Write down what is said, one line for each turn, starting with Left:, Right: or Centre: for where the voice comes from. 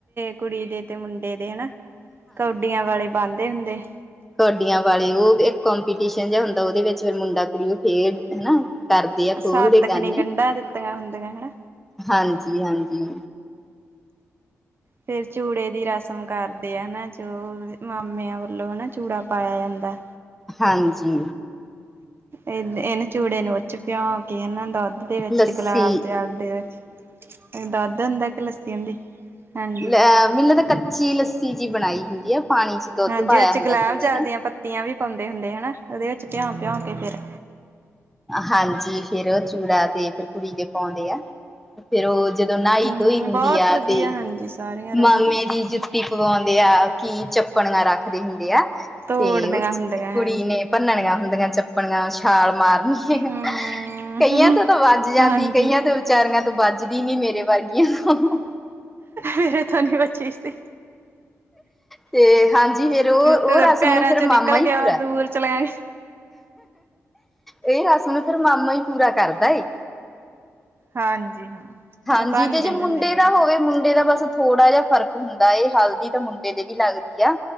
Right: ਕੁੜੀ ਦੇ, ਤੇ ਮੁੰਡੇ ਦੇ ਹੈਨਾ। ਕੌਡੀਆਂ, ਵਾਲੇ ਬੰਦੇ ਹੁੰਦੇ ਨੇ।
Centre: ਕੌਡਿਆਂ ਵਾਲੇ, ਉਹ ਇੱਕ ਕੰਮਪੀਟੀਸ਼ਨ, ਜਿਹਾ ਹੁੰਦਾ। ਉਹਦੇ ਵਿੱਚ ਫੇਰ ਮੁੰਡਾ, ਕੁੜੀ ਉਹ ਖੇਡ ਹੈਨਾ। ਕਰਦੇ ਆ, ਖੋਲਦੇ
Right: ਸੱਤ
Centre: ਗਾਨੇ,
Right: ਖਣੀ ਗੰਢਾਂ ਦਿੱਤੀਆਂ ਹੁੰਦੀਆਂ ਹਨਾ
Centre: ਹਾਂਜੀ- ਹਾਂਜੀ।
Right: ਫੇਰ ਚੂੜੇ ਦੀ ਰਸਮ, ਕਰਦੇ ਆ। ਹੈਨਾ ਜੋ ਮਾਮਿਆਂ ਵੱਲੋਂ, ਹੈਨਾ ਚੂੜਾ, ਪਾਇਆ ਜਾਂਦਾ।
Centre: ਹਾਂਜੀ।
Right: ਇਹ ਇਹਨ ਚੂੜੇ ਨੂੰ, ਉੱਚ ਭਿਉ ਕੇ ਹੈਨਾ। ਦੁੱਧ ਦੇ, ਵਿੱਚ
Centre: ਲੱਸੀ
Right: ਤੇ ਗੁਲਾਬ ਨਾਲ ਦੇ ਵਿਚ, ਦੁਧ ਹੁੰਦਾ, ਕੀ ਲੱਸੀ ਹੁੰਦੀ। ਹਾਂਜੀ
Centre: ਅ ਮੈਨੂੰ ਤਾਂ, ਕੱਚੀ ਲੱਸੀ ਜਿ ਬਣਾਈ, ਹੁੰਦੀ ਹੈ ਪਾਣੀ ਚ। ਦੁੱਧ
Right: ਹਾਂਜੀ,
Centre: ਪਾਇਆ
Right: ਉਹ
Centre: ਹੁੰਦਾ
Right: ਗੁਲਾਬ
Centre: ਥੋੜਾ
Right: ਜਲ,
Centre: ਜਿਹਾ।
Right: ਤੇ ਪੱਤੀਆਂ ਵੀ ਪਾਉਂਦੇ ਹੁੰਦੇ, ਹੈਨਾ ਉਹਦੇ ਵਿੱਚ, ਭਿਉ- ਭਿਉ ਕੇ ਫੇਰ
Centre: ਹਾਂਜੀ, ਫੇਰ ੳਹ ਚੂੜਾ, ਤੇ ਫੇਰ ਕੁੜੀ ਦੇ ਪਾਉਂਦੇ ਆ। ਫੇਰ ਉਹ ਜਦੋਂ, ਨਹਾਈ-
Right: ਹਮ
Centre: ਧੋਈ ਹੁੰਦੀ
Right: ਬਹੁਤ
Centre: ਆ।
Right: ਵਧੀਆ
Centre: ਤੇ
Right: ਹਾਂਜੀ ਸਾਰੀਆਂ ਰਸਮਾਂ
Centre: ਮਾਮੇ ਦੀ ਜੁ ਚੀ, ਪਵਾਉਂਦੇ ਆ। ਕੀ ਚੱਪਣਨਾ, ਰੱਖਦੇ ਹੁੰਦੇ ਆ।
Right: ਤੋੜਨੀਆਂ
Centre: ਤੇ
Right: ਹੁੰਦੀਆਂ
Centre: ਕੁੜੀ
Right: ਹਾਂਜੀ
Centre: ਨੇ, ਭੰਨਣਿਆ, ਹੁੰਦੀਆਂ ਚੱਪਣਿਆ ਛਾਲ ਮਾਰਨੀ, ਏ
Right: ਹਮ
Centre: ਕਈਆਂ ਤੋ ਤਾਂ, ਵੱਜ ਜਾਂਦੀ
Right: ਹਾਂਜੀ
Centre: ਕਈਆਂ ਤੇ ਵਿਚਾਰੀਆਂ ਤੋਂ, ਵੱਜਦੀ ਨੀ, ਮੇਰੇ ਵਰਗੀਆਂ ਤੋ
Right: ਮੇਰਥੋਂ ਨੀ, ਬਚੀ ਸੀ।
Centre: ਤੇ ਹਾਂਜੀ, ਫੇਰ ਉਹ,
Right: ਤੇ
Centre: ਉਹ ਰਸਮ
Right: ਪੈਰਾਂ
Centre: ਨੂੰ, ਫੇਰ
Right: ਚੋਂ
Centre: ਮਾਮਾ
Right: ਨਿਕਲ
Centre: ਹੀ
Right: ਗਿਆ
Centre: ਪੂਰਾ
Right: ਦੂਰ ਚਲੇ ਗਏ
Centre: ਇਹ ਰਸਮ ਫੇਰ, ਮਾਮਾ ਹੀ ਪੂਰਾ ਕਰਦਾ ਏ।
Right: ਹਾਂਜੀ ਹਾਂ
Centre: ਹਾਂਜੀ।
Right: ਉਹ ਭੰਨ
Centre: ਤੇ
Right: ਦਿੰਦੇ
Centre: ਜੇ ਮੁੰਡੇ
Right: ਹੁੰਦੇ ਫਿਰ
Centre: ਦਾ, ਹੋਵੇ ਮੁੰਡੇ ਦਾ ਬਸ ਥੋੜਾ ਜਿਹਾ, ਫ਼ਰਕ ਹੁੰਦਾ ਏ। ਹਲਦੀ ਤੇ, ਮੁੰਡੇ ਦੇ ਵੀ, ਲੱਗਦੀ ਆ।